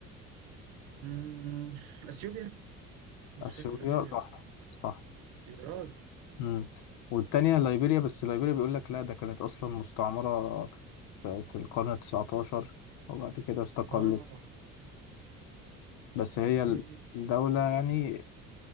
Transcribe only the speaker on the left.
أثيوبيا
صح
صح
امم والتانية ليبيريا بس ليبيريا بيقول لك لا ده كانت أصلا مستعمرة في في القرن التسعتاشر وبعد كده استقلت
بس هي
ال- الدولة يعني